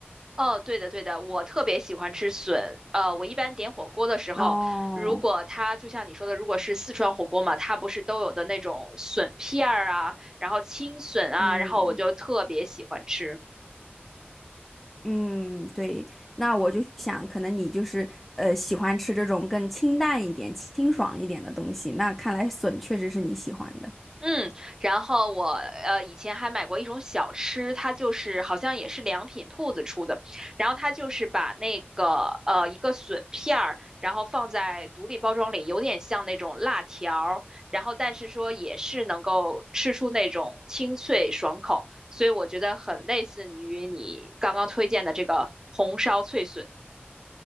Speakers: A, on the right; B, in the centre.
A: <laughs> 哦，对的对的，我特别喜欢吃笋。呃，我一般点火锅的时候，
B: 哦，
A: 如果它就像你说的，如果是四川火锅嘛，它不是都有的那种笋片儿啊，然后青笋啊，
B: 嗯，
A: 然后我就特别喜欢吃。
B: 嗯，对，那我就想，可能你就是呃喜欢吃这种更清淡一点、清爽一点的东西。那看来笋确实是你喜欢的。
A: 嗯，然后我呃以前还买过一种小吃，它就是好像也是良品铺子出的，然后它就是把那个呃一个笋片儿，然后放在独立包装里，有点像那种辣条儿，然后但是说也是能够吃出那种清脆爽口，所以我觉得很类似于你刚刚推荐的这个红烧脆笋。